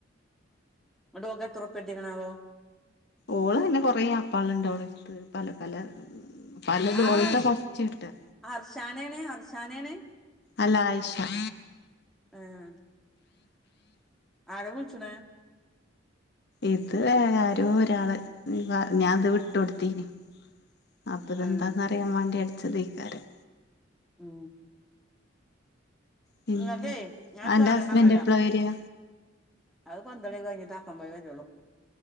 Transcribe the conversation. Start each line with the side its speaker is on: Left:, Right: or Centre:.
Centre: ഇങ്ങടെ ഓൾക്ക് എത്ര റുപ്പിയ കിട്ടിയേക്കണ് ആവോ
Left: ഓള് വന്ന് കൊറേ ആപ്പോളാണ്ട് ഓളുടെ അടുത്ത് പല പല പലത്
Centre: ആഹ്
Left: ഓൾതാ
Centre: ആർഷ്
Left: ഫസ്റ്റ് കിട്ടാ
Centre: അർഷാനേണ് അർഷാനേണ്
Left: അല്ല ആയിഷ
Centre: ആഹ്. ആരാ വിൾച്ചണേ
Left: ഇത് വേ ആരോ ഒരാള് ഞ്‌ പ ഞാൻ അത് വിട്ടോട്ത്തീനി. അപ്പിതെന്താന്ന്
Centre: ഏഹ്
Left: അറിയാൻ വേണ്ടി അടിച്ചത് ക്കാരം
Centre: ഉം
Left: പിന്നെ
Centre: ഇങ്ങക്കേ ഞാനൊരു
Left: അന്റെ
Centre: സാധനം
Left: ഹസ്ബൻഡ്
Centre: പറഞ്ഞരാം
Left: എപ്പളാ വരിക
Centre: അത് പന്തളിയൊക്കെ കഴിഞ്ഞി ട്ടാക്കംമ്പോലേ വരൊള്ളൂ.